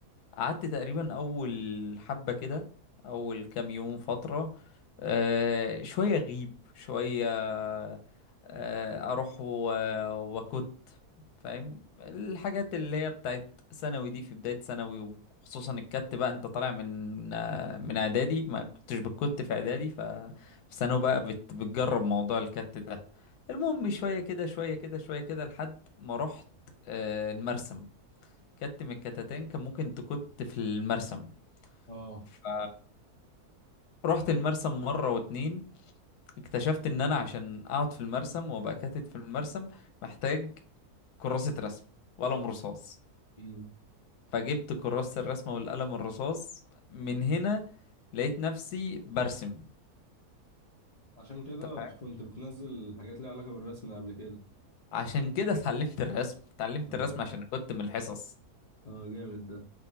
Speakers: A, on the left (about 80°); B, on the left (about 45°).
A: قعدت تقريبا اول حبة كده اول كام يوم فترة أه شوية غيب شوية أه اروح و... وكت فاهم الحاجات اللي هي بتاعت ثانوي دي في بداية ثانوي وخصوصا الكت بقى انت طالع من آه، من اعدادي ما كنتش بتكت في اعدادي ففي ثانوي بقى بت... بتجرب موضوع الكت ده المهم شوية كده شوية كده شوية كده لحد ما رحت آه، المرسم كت من الكتتين كان ممكن تكت في المرسم
B: اه
A: ف رحت المرسم مرة واتنين اكتشفت ان انا عشان اقعد في المرسم وابقى كاتت في المرسم محتاج كراسة رسم وقلم رصاص
B: امم
A: فجبت كراسة الرسمة والقلم الرصاص من هنا لقيت نفسي برسم
B: عشان كده
A: انت فاهم
B: كنت بتنزل حاجات ليها علاقه بالرسم قبل كده
A: عشان كده اتعلمت الرسم اتعلمت
B: اه
A: الرسم عشان كنت من الحصص
B: اه جامد ده